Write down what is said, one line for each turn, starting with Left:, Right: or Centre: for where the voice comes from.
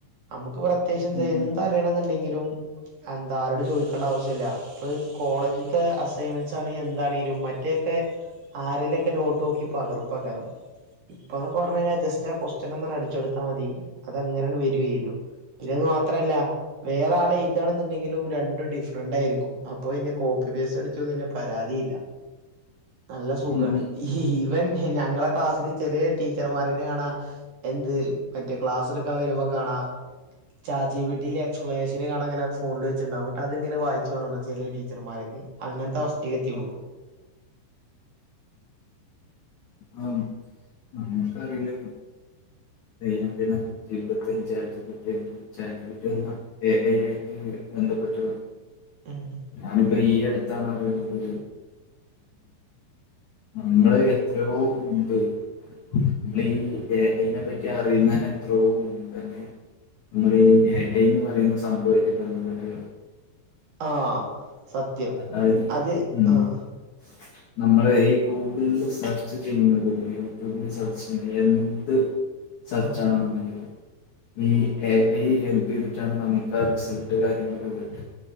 Right: നമുക്ക് പ്രത്യേകിച്ച്
Left: ഉം ഉം
Right: എന്താലും ണെന്നുണ്ടെങ്കിലും എന്താ ആരോട് ചോദിക്കേണ്ട ആവശ്യല്ല ഇപ്പൊ കോളേജിത്തെ അസൈൻമെന്റ്സ് ആണെങ്കി എന്താണെങ്കിലും മറ്റേക്കെ ആരെലൊക്കെ നോട്ട് നോക്കി പകർ പേകാരം. അതൊക്കെ പറഞ്ഞു കഴിഞ്ഞാൽ ജസ്റ്റ് ആ കൊസ്ട്യൻ ഒന്ന് അടിച്ചോടുത്താൽ മതി അത് അങ്ങനെയങ് വരു ഏതും. പിന്നെ അത് മാത്രല്ല വേറെ ആൾ എയുതാണെന്നുണ്ടെങ്കിലും രണ്ടും ഡിഫറന്റ് ആയിരിക്കും. അപ്പൊ ഇനി കോപ്പി പേസ്റ്റ് അടിച്ചോന്നില്ല പരാതിയില്ല. നല്ല സുഖാണ്
Left: ഉം
Right: ഇവൻ ഞങ്ങളെ ക്ലാസ്സില് ചെറിയ ടീച്ചർമാരാന്നണ്‌. എന്ത് മറ്റേ ക്ലാസ് എടുക്കാൻ വരുമ്പോ കാണാ. ചാറ്റ് ജി പി റ്റിൽ എക്സ്പ്ലേഷൻ കാണൻ ഇങ്ങനെ ഫോണിൽ വെച്ചണ്ടാവും എന്നിട്ട് അതിങ്ങനെ വായിച്ചു പോണ ചില ടീച്ചർമാരോക്കെ. അങ്ങനത്തെ അവസ്ഥേക്ക് എത്തിക്ക്ണു.
Left: ആഹ് നമുക്ക് അറില്ല. ദൈനംദിനം ജീവിതത്തിൽ ചാറ്റ്ജിപിറ്റി ചറ്റ്ജി എഐ ആയിരിക്കും ബന്ധപ്പെട്ട്
Right: ഉം
Left: ഞാനിപ്പോ ഈ അടുത്താണ് അറിയുന്നത് നമ്മള് എത്രയോ മുമ്പേ നമ്മള് ഈ എ ഐ നെ പറ്റി അറിയുന്നന്നെ എത്രയോ മുമ്പ് തന്നെ നമ്മളീ എ ഐ എന്ന് പറയുന്ന സംഭവായിട്ട് ബന്ധപ്പെട്ട്
Right: ആഹ് സത്യം
Left: അതായത്
Right: അത്
Left: ഉം
Right: ആഹ്
Left: <inaudible> നമ്മള് ഈ ഗൂഗിളില് സെർച്ച് ചെയ്യുന്ന വീഡിയോ യൂട്യൂബിൽ സെർച്ച് ചെയ്യുന്നത് എന്ത് സെർച്ച്
Right: ആഹ്
Left: ആണെന്നുണ്ടെങ്കിലും ഈ എ ഐ ഹെൽപ് ചെയ്തിട്ടാണ് നമുക്ക് ആ റിസൾട്ട് കാര്യങ്ങളൊക്കെ കിട്ടുക